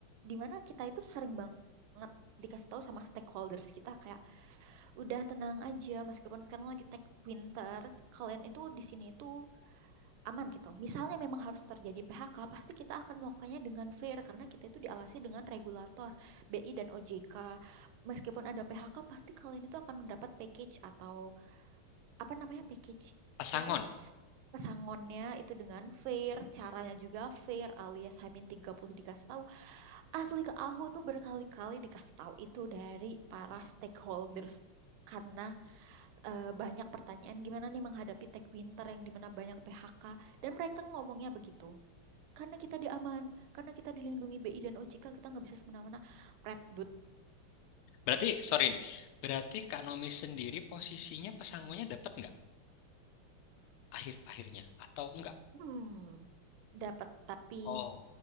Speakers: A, on the right (about 75°); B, on the left (about 80°).
A: di mana kita itu sering banget dikasih tahu sama stakeholders kita kayak udah tenang aja meskipun sekarang lagi tech winter kalian itu di sini itu aman gitu. Misalnya memang harus terjadi PHK, pasti kita akan melakukannya dengan fair karena kita itu diawasi dengan regulator BI dan OJK. Meskipun ada PHK, pasti kalian itu akan mendapat package atau apa namanya package
B: Pasangon.
A: itu pesangonnya itu dengan fair, caranya juga fair alias Hamin 30 dikasih tahu. Asli ke aku tuh berkali-kali dikasih tahu itu dari para stakeholders karena eh, banyak pertanyaan gimana nih menghadapi tech winter yang dimana banyak PHK dan mereka ngomongnya begitu karena kita diaman karena kita dilindungi BI dan OJK kita nggak bisa semena-mena Predbud
B: Berarti, sorry nih. Berarti Kak Nomi sendiri posisinya pesangonnya dapat nggak akhir-akhirnya atau enggak?
A: <laughs> hmm dapat tapi
B: Oh,